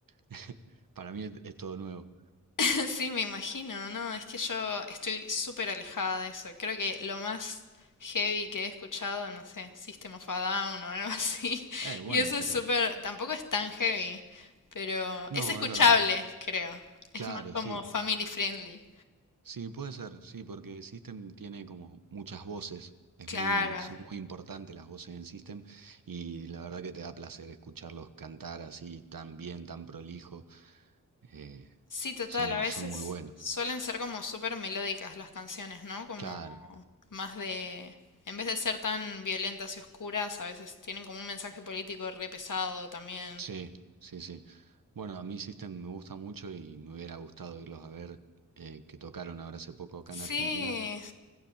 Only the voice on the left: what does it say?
<laughs> Sí, me imagino, ¿no? Es que yo estoy súper alejada de eso. Creo que lo más heavy que he escuchado, no sé, System of a Down o algo así. <laughs>
Y eso es
súper, tampoco es tan heavy, pero
es escuchable,
creo. Es
más como
family friendly.
Claro.
Sí, total,
a veces
suelen ser como súper melódicas las canciones, ¿no? Como
más de, en vez de ser tan violentas y oscuras, a veces tienen como un mensaje político re pesado también.
Sí,